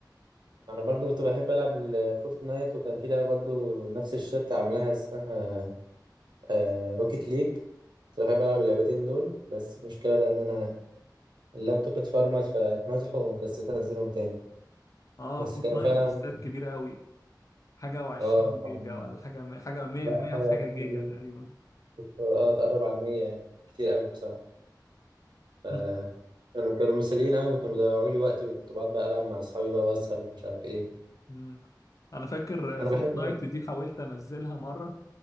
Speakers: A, on the right; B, on the left.
A: انا برضو كنت بحب العب الفورتنايت وكان في لعبه برضو نفس الشركه عاملاها اسمها آه روكيت ليج كنت بحب العب اللعبتين دول بس المشكله بقى ان انا اللابتوب اتفرمت فاتمسحوا وكسلت انزلهم تاني
B: اه
A: بس
B: فورتنايت
A: كانوا فعلا
B: بالذات كبيرة قوي حاجة وعشرين
A: اه
B: جيجا
A: طبعا
B: ولا حاجة حاجة مية
A: لا
B: مية
A: حاجه
B: وحاجة
A: اسمها
B: جيجا
A: إيه؟
B: تقريبا
A: كنت- اه تقرب على المية يعني كتير قوي بصراحه ف
B: <laughs>
A: كانوا كانوا مسليين قوي كنت مضيعوا لي وقتي وكنت بقعد بقى العب مع اصحابي بقى واسهر ومش عارف ايه
B: مم. انا فاكر
A: انا
B: فورتنايت
A: بحب
B: دي حاولت انزلها مرة